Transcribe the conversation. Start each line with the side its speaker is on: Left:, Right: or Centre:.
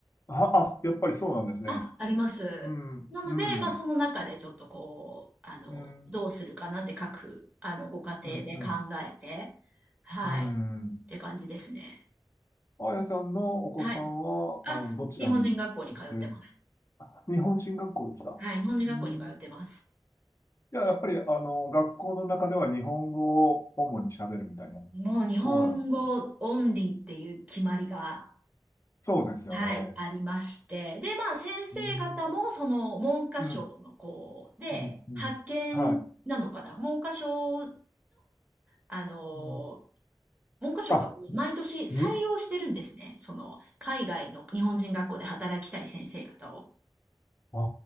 Left: あ、あ、やっぱりそうなんですね。
Right: あ、あります。
Left: うん、
Right: なので、
Left: うん、
Right: まあその中でちょっとこう、あの、
Left: うん、
Right: どうするかなって各、あの、ご家庭で考えて、
Left: うん、うん、
Right: はい、
Left: うん。
Right: って感じですね。
Left: あやさんのお子さんは、
Right: はい。あ、
Left: あの、どちらに行ってる
Right: 日本人学校に通ってます。
Left: あ日本人学校ですかうん。
Right: はい、日本人学校に通ってます。
Left: じゃあ、
Right: そ
Left: やっぱり、あの、学校の中では日本語を主に喋るみたいなと
Right: うもう日本語オンリーっていう決まりが
Left: ころなんですね。そうですよね。
Right: はい、ありまして。で、まあ、先生方も、
Left: うん。
Right: その、文科省の、
Left: うん。
Right: こう、で、
Left: うん。うん。
Right: 派遣なのかな文科省の、
Left: はい。
Right: あの、
Left: うん。
Right: 文科省がこう毎年採用してるんですね。
Left: あ、に、
Right: その、海外の日本人学校で働きたい先生方を。
Left: ああ、